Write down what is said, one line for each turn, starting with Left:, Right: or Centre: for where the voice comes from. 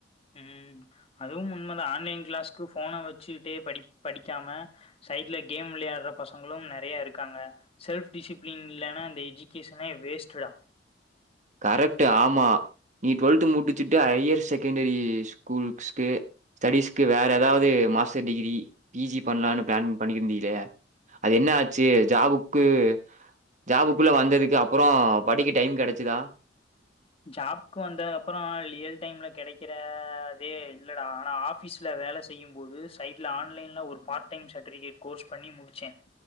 Left: ம் அதுவு உண்மதா ஆன்லைன் க்ளாஸ்கு ஃபோன வச்சுட்டே படி படிக்காம சைட்ல கேம் விளையாடுற பசங்களு நெறைய இருக்காங்க செல்ப் டிசிப்ளின் இல்லன்னா அந்த எஜுகேஷனே வேஸ்ட்டுடா
Right: கரெக்ட் ஆமா நீ டுவெல்த்து முடிச்சுட்டு ஹையர் செகண்டரி ஸ்கூல்ஸ்கு ஸ்டடிஸ்கு வேற ஏதாவது மாஸ்டர் டிகிரி பி ஜி பண்லானு
Left: ம்
Right: ப்ளான் பண்ணிருந்தில்லையா அது என்னாச்சு ஜாபுக்கு ஜாபுக்குள்ள வந்ததுக்கு அப்பறோ படிக்க டைம் கெடச்சதா
Left: ஜாப்கு வந்தது அப்பற லியல் டைம்ல கெடைக்கிற அதே இல்லடா ஆனா ஆபீஸ் ல வேலை செய்யும் போது சைட்ல ஆன்லைன்ல ஒரு பார்ட் டைம் சரிபிகேட் கோர்ஸ் பண்ணி முடிச்சே